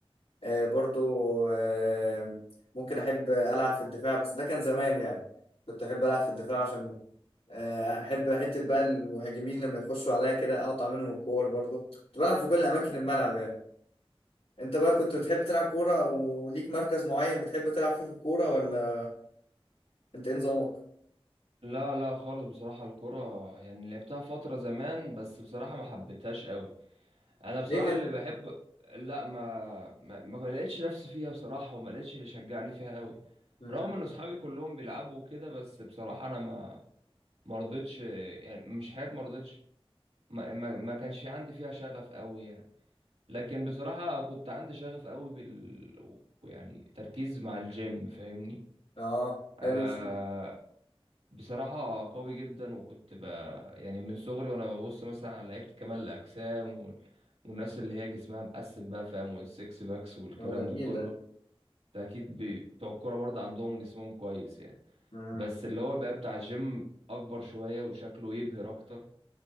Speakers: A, on the left; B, on the right.
A: آه، برضو آه، ممكن احب العب في الدفاع بس ده كان زمان يعني كنت احب العب في الدفاع عشان آه، احب حته بقى المهاجمين لما يخشوا عليا كده اقطع منهم الكور برضو كنت بلعب في كل اماكن الملعب يعني انت بقى كنت بتحب تلعب كوره او ليك مركز معين بتحب تلعب فيه في الكوره ولا انت ايه نظامك
B: لا لا خالص بصراحة الكرة يعني لعبتها فترة زمان بس بصراحة ما حبيتهاش قوي انا بصراحه
A: ليه كده
B: اللي بحب لا ما ما, ما لقيتش نفسي فيها بصراحه وما لقيتش اللي شجعني فيها قوي
A: مم.
B: رغم ان اصحابي كلهم بيلعبوا كده بس بصراحه انا ما ما رضيتش يعني مش حياتي ما رضيتش ما, ما, ما كانش عندي فيها شغف قوي يعني لكن بصراحه كنت عندي شغف قوي بال ويعني تركيز مع الجيم فاهمني
A: اه
B: آه،
A: حلو الشيء.
B: بصراحة قوي جدا وكنت ب... يعني من صغري وانا ببص مثلا على لعيبة كمال الأجسام وال... والناس اللي هي جسمها مقسم بقى فاهم والسكس باكس والكلام
A: هو جميل
B: ده كله
A: ده
B: ده أكيد بي- بتوع الكورة برضه عندهم جسمهم كويس يعني
A: مم.
B: بس اللي هو بقى بتاع الجيم أكبر شوية وشكله يبهر أكتر